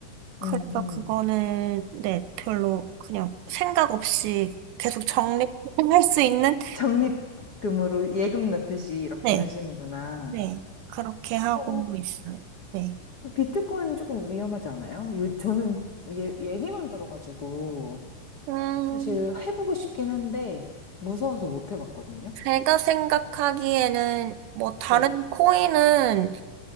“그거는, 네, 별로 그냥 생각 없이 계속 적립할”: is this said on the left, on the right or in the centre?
Right